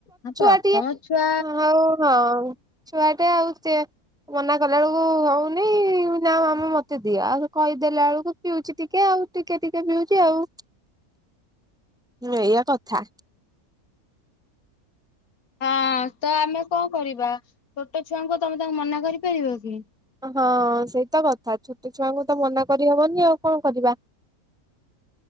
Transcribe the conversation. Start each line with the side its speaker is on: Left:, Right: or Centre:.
Left: ହଁ ପ୍ରଥମ
Centre: ଛୁଆଟିଏ
Left: ଛୁଆ
Centre: ଆଉ ହଁ ଛୁଆ ଟେ ଆଉ ମନା କଲା ବେଳକୁ ହଉନି ନା ମମି ମତେ ଦିଅ ଆଉ କହିଦେଲା ବେଳକୁ ପିଉଛି ଟିକେ ଆଉ ଟିକେ ଟିକେ ପିଉଛି ଆଉ ହୁଁ ଏଇଆ କଥା
Left: ହଁ ତ ଆମେ କଣ କରିବା ଛୋଟ ଛୁଆଙ୍କୁ ତମେ ତାଙ୍କୁ ମନା କରିପାରିବ କି
Centre: ହଁ ସେଇତ କଥା ଛୋଟ ଛୁଆଙ୍କୁ ତ ମନା କରିହବନି ଆଉ କଣ କରିବା